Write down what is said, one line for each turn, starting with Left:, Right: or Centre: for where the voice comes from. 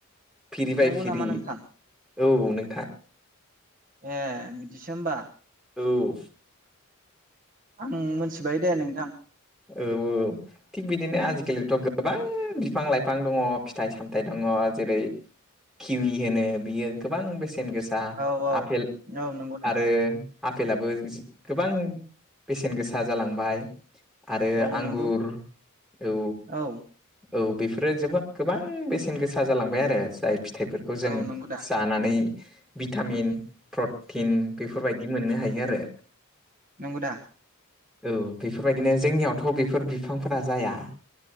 Centre: फिरिबाय
Right: नंगौ
Centre: फिरि
Right: नामा नोंथां
Centre: औ नों
Right: ए बि दिसोहोम्बा
Centre: औ
Right: आं मिथिबाय दे नोंथां
Centre: औ औ थिग बिदिनो आजिखालिथ' गोबां बिफां लाइफां दंङ फिथाइ सामथाइ दंङ जेरै खिलि होनो बियो गोबां बेसे सेन गोसा
Right: औ औ
Centre: आपेल
Right: औ नंगौ दा
Centre: आरो आपेलाबो जि गोबां बेसेन गोसा जालांबाय आरो
Right: औ
Centre: आंगुर
Right: नंगौ
Centre: औ
Right: औ
Centre: औ बेफोरो जोबोद गोबां बेसेन गोसा जालांबाय आरो जाय फि थाइफोरखौ जों
Right: औ नंगौ दा
Centre: जानानै भिटामिन प्र थिन बेफोरबायदि मोननो हायो। यो आरो।
Right: नोंगौ दा?
Centre: औ बेफोरबायदिनो जोंनियावथ' बेफोर बिफांफोरा जाया।